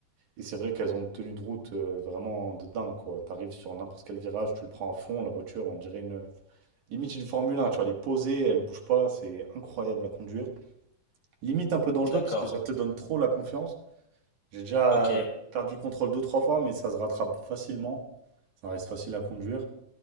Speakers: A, on the right (about 65°); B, on the left (about 55°).
A: Et c'est vrai qu'elles ont une tenue de route euh, vraiment de dingue, quoi. T'arrives sur n'importe quel virage, tu le prends à fond, la voiture, on dirait une... Limite une Formule 1, tu vois, elle est posée, elle bouge pas, c'est incroyable à conduire. Limite un peu dangereux
B: D'accord.
A: parce que ça te donne trop la confiance. J'ai déjà
B: Ok. Ouais.
A: perdu le contrôle deux, trois fois, mais ça se rattrape facilement. Ça reste facile à conduire.